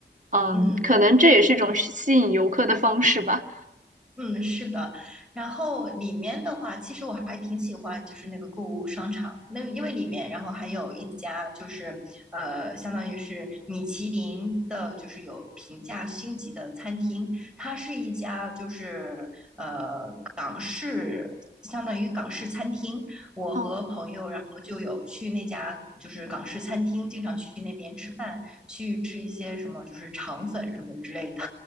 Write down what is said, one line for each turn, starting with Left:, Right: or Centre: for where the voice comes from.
Right: 嗯，
Centre: 嗯。
Right: 可能这也是一种吸吸引游客的方式吧。
Centre: 嗯，是的，然后里面的话，其实我还挺喜欢，就是那个购物商场，那因为里面，然后还有一家就是呃，相当于是米其林的，就是有评价星级的餐厅，它是一家就是呃港式，相当于港式餐厅。我和朋友，
Right: 哦，
Centre: 然后就有去那家就是港式餐厅，经常去那边吃饭，去吃一些什么就是肠粉什么之类的。